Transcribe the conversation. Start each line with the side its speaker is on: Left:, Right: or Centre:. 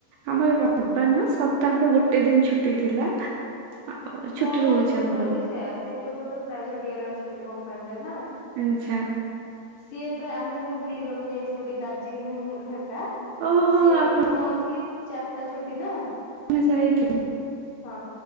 Right: ଆମର ରବିବାନ ସପ୍ତାହରେ ଗୋଟେ ଦିନ ଛୁଟି ଥିଲା। ଆଉ ଛୁଟି
Left: ମୋର
Right: ରହୁଛି
Left: ହଜବେଣ୍ଡଙ୍କର
Right: ଆମର
Left: ବି ସେୟା ସିଏ ବି ଗୋଟେ ପ୍ରାଇଭେଟ ଇଏରେ ଅଛନ୍ତି କମ୍ପାନୀରେ ନା।
Right: ଆଛା।
Left: ସିଏ ଏବେ ଆମେ ଏନେ ବୁଲିବାକୁ ଯାଇଥିଲୁ ଟିକେ ଦାର୍ଜିଲିଂ ହେରକା।
Right: ଓହୋ
Left: ସିଏ
Right: ଆପଣ
Left: ମନ୍ଥଲି ଚାରିଟା ଛୁଟି ନା
Right: ଯାଇଥିଲେ
Left: ହଁ